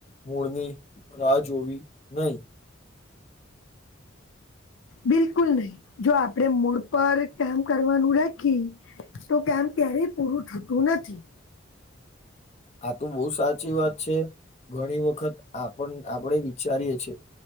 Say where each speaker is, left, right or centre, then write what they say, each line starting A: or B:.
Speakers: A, on the left; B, on the left.
A: મૂળની રાહ જોવી નહી.
B: બિલકુલ નહી જો આપણેે મૂળ પર કામ કરવાનું રાખી તો કેમ ક્યારેય પૂરું થતું નથી.
A: આ તો બહુ સાચી વાત છે ઘણી વખત આપન આપડે જ વિચારીએ છીએ.